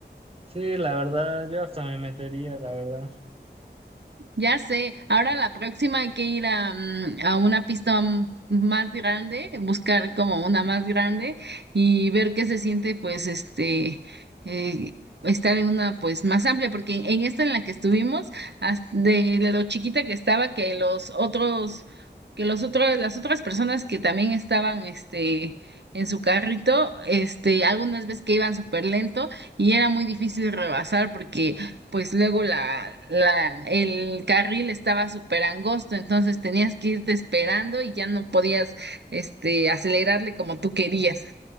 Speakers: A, on the right (about 30°); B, on the right (about 70°).
A: Sí, la verdad, yo hasta me metería, la verdad.
B: Ya sé, ahora la próxima hay que ir a, mm, a una pista mm, más grande, buscar como una más grande y ver qué se siente, pues, este, eh, estar en una, pues, más amplia, porque en, en esta en la que estuvimos, as- de, de lo chiquita que estaba, que los otros, que los otros, las otras personas que también estaban, este, en su carrito, este, algunas veces que iban súper lento y era muy difícil rebasar porque pues luego la, la, el carril estaba súper angosto, entonces tenías que irte esperando y ya no podías, este, acelerarle como tú querías.